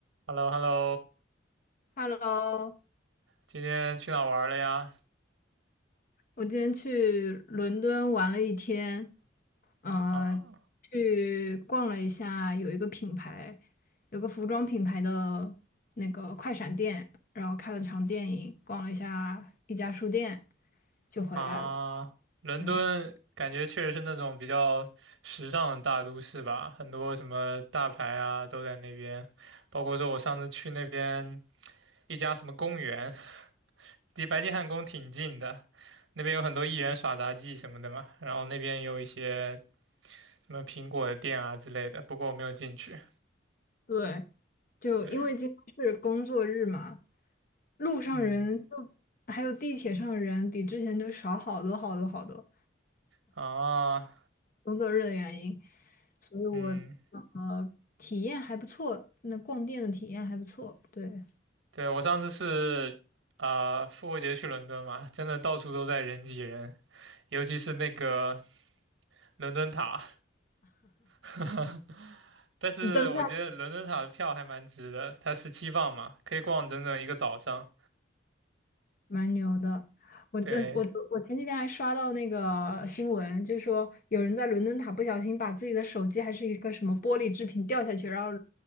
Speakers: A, on the right; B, on the left.
A: h e l l o h e l l o
B: Hello，
A: 今天去哪儿玩儿了呀？
B: 我今天去伦敦玩了一天，呃，
A: 啊
B: 去逛了一下，有一个品牌，有个服装品牌的那个快闪店，然后看了场电影，逛了一下一家书店，就回来了。
A: 啊，伦敦感觉确实是那种比较时尚的大都市吧，
B: 嗯，
A: 很多什么大牌啊都在那边，包括说我上次去那边一家什么公园，<laughs> 离白金汉宫挺近的，那边有很多艺人耍杂技什么的嘛，然后那边有一些什么苹果的店啊之类的，不过我没有进去。
B: 对，就因为今天是工作日嘛，
A: 对，
B: 路上人就
A: 嗯，
B: 还有地铁上人比之前就少好多好多好多。
A: 啊，
B: 工作日的原因，所以我
A: 嗯。
B: 呃体验还不错，那逛店的体验还不错，对，
A: 对，我上次是啊、呃复活节去伦敦嘛，真的到处都在人挤人，尤其是那个伦敦塔。<laughs> 但是我觉得伦敦塔的票还蛮值的，
B: 你登上
A: 它十七磅嘛，可以逛整整一个早上。
B: 蛮牛的。我嗯我我前几天还刷到那个新闻，
A: 对
B: 就说有人在伦敦塔不小心把自己的手机还是一个什么玻璃制品掉下去，然后